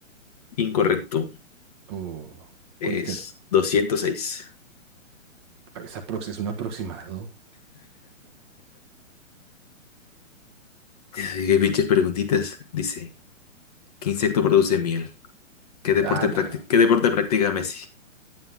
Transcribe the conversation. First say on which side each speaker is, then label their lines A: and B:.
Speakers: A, on the left; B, on the right.
A: Incorrecto.
B: o
A: Es
B: ¿cuántos tiene?
A: 206.
B: Es, aprox- es un aproximado.
A: Ay, Qué pinches preguntitas. Dice, ¿qué insecto produce miel? ¿Qué deporte
B: Ah, nada.
A: practi- qué deporte practica Messi?